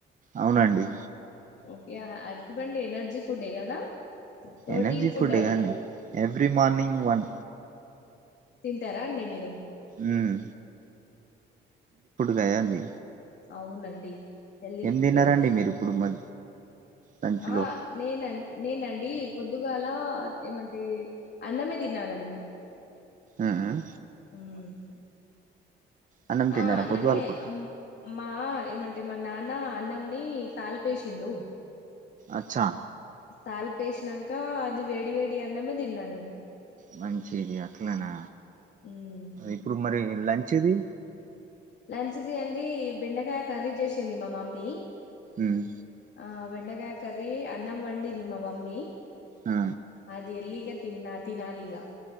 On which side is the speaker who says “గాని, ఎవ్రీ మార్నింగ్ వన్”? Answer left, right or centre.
Right